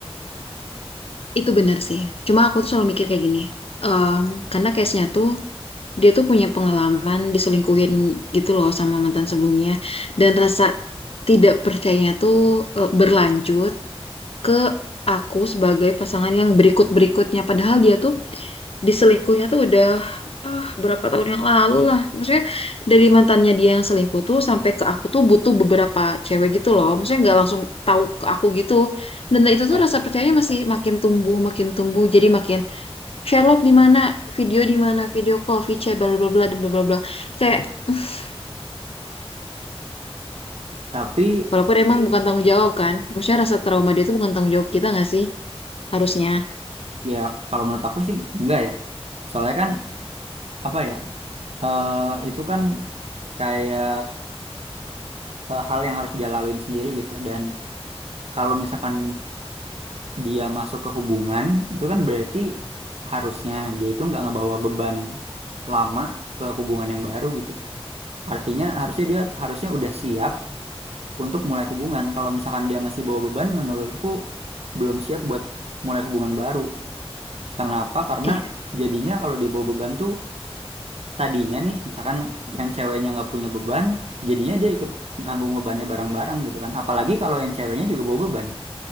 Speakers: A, on the left; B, on the right.
A: Itu benar sih. Cuma aku tuh selalu mikir kayak gini. Em, karena case-nya tuh dia tuh punya pengalaman diselingkuhin gitu loh sama mantan sebelumnya. Dan rasa tidak percayanya tuh eh, berlanjut ke aku sebagai pasangan yang berikut-berikutnya. Padahal dia tuh diselingkuhnya tuh udah ah, berapa tahun yang lalu lah. Maksudnya dari mantannya dia yang selingkuh tuh sampai ke aku tuh butuh beberapa cewek gitu loh. Maksudnya nggak langsung tahu ke aku gitu. Dan itu
B: Nah,
A: tuh rasa percayanya masih makin tumbuh, makin tumbuh. Jadi makin Sherlock di mana, video di mana, video call, VChat, bla bla bla, dan bla bla bla. Kayak <laughs>
B: tapi
A: walaupun emang bukan tanggung jawab kan. Maksudnya rasa trauma dia tuh bukan tanggung jawab kita nggak sih? Harusnya.
B: ya kalau menurut aku sih enggak ya soalnya kan apa ya eh, itu kan kayak eh, hal yang harus dia laluin sendiri gitu dan kalau misalkan dia masuk ke hubungan itu kan berarti harusnya dia itu nggak ngebawa beban lama ke hubungan yang baru gitu Artinya harusnya dia harusnya udah siap untuk mulai hubungan. Kalau misalkan dia masih bawa beban, menurutku belum siap buat mulai hubungan baru. Kenapa? Karena
A: Iya.
B: jadinya kalau dia bawa beban tuh tadinya nih, misalkan yang ceweknya nggak punya beban, jadinya dia ikut nanggung bebannya bareng-bareng gitu kan. Apalagi kalau yang ceweknya juga bawa beban.